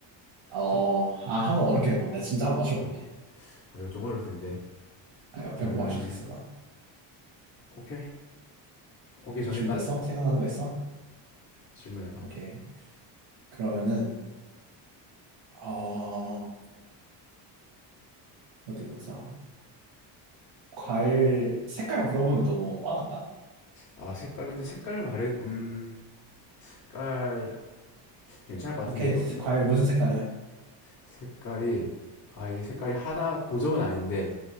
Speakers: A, on the right; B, on the left.
A: 어,
B: 첫,
A: 아, 한번 어렵게 해봐. 내가 진짜 한번 맞춰볼게.
B: 아, 아, 이거 좀 어려울 텐데.
A: 아, 이거 100%
B: 음,
A: 맞출 수 있어, 난.
B: 오케이. 오케이,
A: 이게
B: 정했다.
A: 준비됐어? 생각나는 거 있어?
B: 질문해봐 한번.
A: 오케이. 그러면은, 어, 어디 보자. 과일 색깔 물어보면 너무 뻔한가?
B: 아, 색깔 근데 색깔 말해. 음, 색깔 괜찮을 것 같은데
A: 오케이.
B: 이거 은근
A: 과일 무슨 색깔이야?
B: 색깔이 아 이게 색깔이 하나 고정은 아닌데